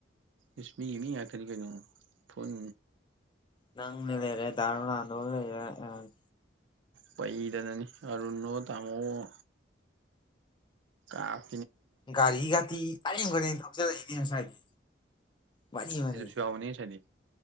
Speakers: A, on the right; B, on the left.
A: ꯏꯁ ꯃꯤꯒꯤ ꯃꯤ ꯉꯥꯛꯇꯅꯤ ꯀꯩꯅꯣ ꯐꯨꯟ
B: ꯅꯪꯅꯦ ꯂꯩꯔꯦ ꯗꯥ ꯔꯣꯅꯥꯟꯗꯣ ꯂꯩꯔꯦ ꯌꯥꯔꯦ
A: ꯄꯩꯗꯅꯅꯤ ꯑꯔꯨꯟ ꯑꯣ ꯇꯥꯃꯣ ꯑꯣ ꯀꯥꯞ
B: ꯒꯥꯔꯤ ꯒꯥꯇꯤ ꯑꯔꯦꯡ ꯃꯔꯦꯡ ꯊꯧꯖꯜꯂꯛꯏꯅꯦ ꯉꯁꯥꯏꯗꯤ ꯃꯔꯤ ꯃꯔꯤ
A: ꯗꯤꯂꯤꯞꯁꯨ ꯌꯥꯎꯕꯅꯤ ꯉꯁꯥꯏꯗꯤ